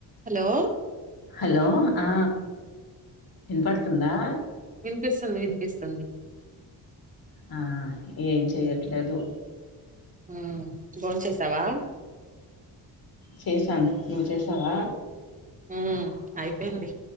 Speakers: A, on the right (about 20°); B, on the left (about 55°).
A: హలో
B: హలో ఆ విన్పడుతుందా
A: విన్పిస్తుంది విన్పిస్తుంది
B: ఆ ఏం చెయ్యట్లేదు
A: ఉమ్ బోన్ చేసావా
B: చేశా న్ నువ్వు చేసావ
A: ఉ అయిపోయింది